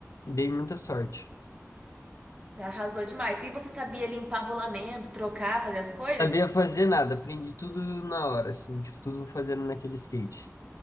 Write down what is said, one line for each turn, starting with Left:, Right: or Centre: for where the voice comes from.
Left: e dei muita sorte.
Right: Arrasou demais. E você sabia limpar rolamento, trocar, fazer as coisas?
Left: Sabia fazer nada, aprendi tudo na hora, assim, tipo, tudo fazendo naquele skate.